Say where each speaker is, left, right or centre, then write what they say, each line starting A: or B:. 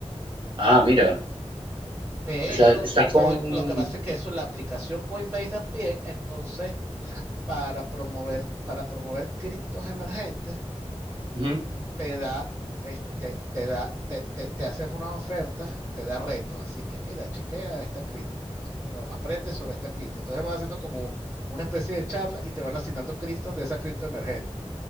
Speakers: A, on the right; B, on the right.
A: Ah, mira.
B: De
A: O sea,
B: eso,
A: estás con...
B: Coin- lo que pasa es que eso, es la aplicación Coinbase también, entonces, para promover, para promover criptos emergentes,
A: Ujú,
B: te da, este, te da, te, te, te haces unas ofertas, te da retos. Así que mira, chequea esta cripto, no sé qué broma, aprende sobre esta cripto. Entonces vas haciendo como una especie de charla y te van asignando criptos de esa cripto emergente.